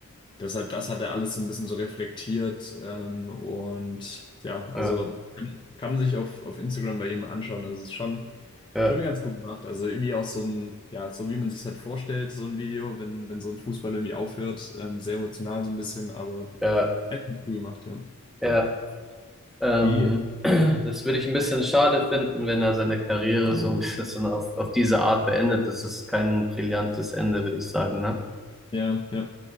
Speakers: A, on the left; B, in the centre.
A: Deshalb, das hat er alles so ein bisschen so reflektiert. Ähm, und ja, also
B: ja,
A: kann kann man sich auf, auf Instagram bei ihm anschauen. Also es ist schon,
B: ja.
A: schon ganz gut gemacht. Also irgendwie auch so ein, ja, so wie man sich halt vorstellt, so ein Video, wenn, wenn so ein Fußball irgendwie aufhört. Ähm, sehr emotional so ein bisschen, aber
B: Ja,
A: echt gut gemacht, ja.
B: ja. Ähm,
A: Wie,
B: <clears throat> das würde ich ein bisschen schade finden, wenn er seine Karriere so ein bisschen so auf, auf diese Art beendet. Das ist kein brillantes Ende, würde ich sagen, ne?
A: ja, ja.